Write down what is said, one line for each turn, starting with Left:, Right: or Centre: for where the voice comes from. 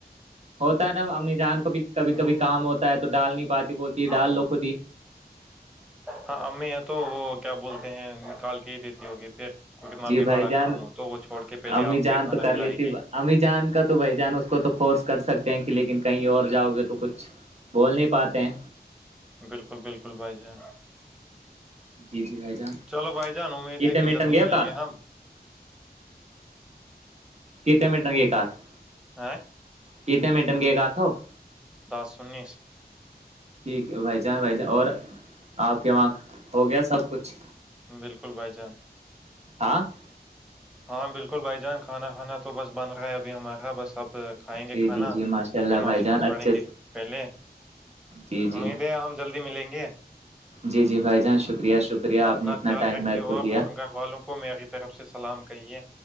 Right: ہوتا ہے نا امی جان کو بھی کبھی
Centre: ہاں
Right: کبھی کام ہوتا تو ڈال نہیں پاتی بولتی ہے ڈال
Centre: ہاں
Right: لو کو دی
Centre: ہاں امی ہے تو وہ کیا بولتے ہیں نکال کے ہی دیتی ہوگی پھر کتنا
Right: جی
Centre: بھی
Right: بھائی
Centre: بڑا
Right: جان
Centre: کام ہو تو وہ چھوڑ کے پہلے
Right: امی
Centre: آپ
Right: جان
Centre: کو ہی کھانا
Right: تو کر
Centre: کھلائے
Right: لیتی
Centre: گی
Right: امی جان کا تو بھائی جان اس کو تو فورس کر سکتے ہیں کہ لیکن کہیں اور جاؤ گے تو کچھ بول نہیں پاتے ہیں
Centre: بالکل بالکل بھائی جان
Right: جی جی بھائی جان
Centre: چلو بھائی جان امید
Right: کتنے
Centre: ہے کہ
Right: میٹن
Centre: جلدی
Right: گئے
Centre: ملیں
Right: کات
Centre: گے ہم
Right: کتنے منٹ کی کاتھ <unintelligible>
Centre: آ <unintelligible>
Right: کتنے منٹن گئے گاتھ ہو <unintelligible>
Centre: دس انیس <unintelligible>
Right: ٹھیک ہے بھائی چان بھائی جان اور آپ کے وہاں ہو گیا سب کچھ
Centre: بالکل بھائی جان
Right: ہاں <inaudible>
Centre: ہاں بالکل بھائی جان کھانا کھانا تو بس بن رہا ہے ابھی ہمارےا بس اب کھائیں گے
Right: جی
Centre: کھانا
Right: جی جی ماشاء اللہ
Centre: نماز
Right: بھائی جان
Centre: شماز
Right: اچھے
Centre: پڑھیں گے پہلے
Right: جی جی
Centre: امید ہے جلدی ملیں گے
Right: جی جی بھائی جان شکریہ شکریہ آپ
Centre: اپنا
Right: نے اتنا
Centre: خیال
Right: ٹائم
Centre: رکے
Right: میرے کو
Centre: اور
Right: دیا
Centre: گ والوں کو میںری طرف سے سلام کہیے